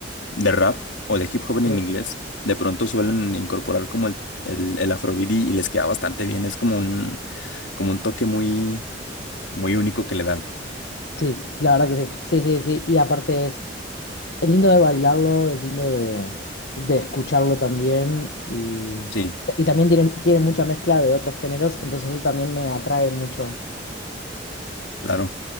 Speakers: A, on the left (about 85°); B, on the left (about 65°).
A: de rap o de hip hop en
B: Sí,
A: inglés, de pronto suelen incorporar como el, el, el afrobeat y, y les queda bastante bien. Es como un, como un toque muy, muy único que le dan.
B: Sí, la verdad que sí. Sí, sí, sí. Y aparte es Es lindo de bailarlo, es lindo de, de escucharlo también y,
A: Sí,
B: y también tiene, tiene mucha mezcla de otros géneros, entonces eso también me atrae mucho.
A: claro.